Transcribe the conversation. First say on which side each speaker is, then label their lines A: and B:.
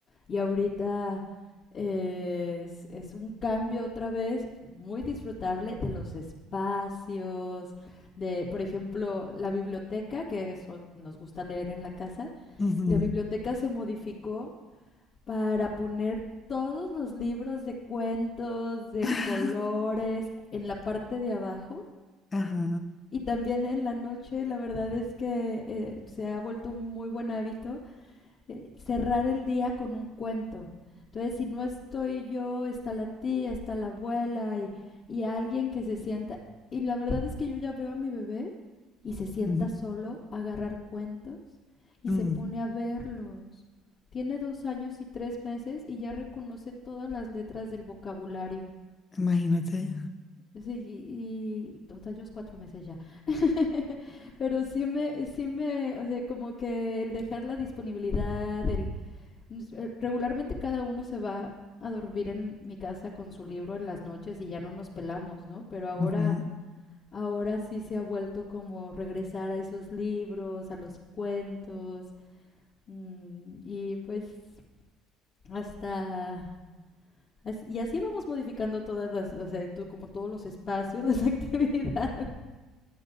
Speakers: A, on the left; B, on the left.
A: y ahorita eh, es, es un cambio otra vez muy disfrutable de los espacios, de, por ejemplo, la biblioteca, que eso nos gusta leer en la casa,
B: Ujú.
A: la biblioteca se modificó para poner todos los libros de cuentos, de
B: <laughs>
A: colores, en la parte de abajo.
B: Ajá.
A: Y también en la noche, la verdad es que eh, se ha vuelto un muy buen hábito eh, cerrar el día con un cuento. Entonces, si no estoy yo, está la tía, está la abuela y, y alguien que se sienta. Y la verdad es que yo ya veo a mi bebé y se sienta
B: Ujú.
A: solo a agarrar cuentos y
B: Mm.
A: se pone a verlos. Tiene dos años y tres meses y ya reconoce todas las letras del vocabulario.
B: Imagínate.
A: Sí, y, y dos años, cuatro meses ya. <laughs> Pero sí me, sí me, o sea, como que el dejar la disponibilidad, el, pues, eh, Regularmente cada uno se va a dormir en mi casa con su libro en las noches y ya no nos pelamos, ¿no? Pero ahora,
B: Ujú.
A: ahora sí se ha vuelto como regresar a esos libros, a los cuentos mm, y pues hasta Así- Y así vamos modificando todas las, o sea, tú- como todos los espacios, <laughs> las actividades.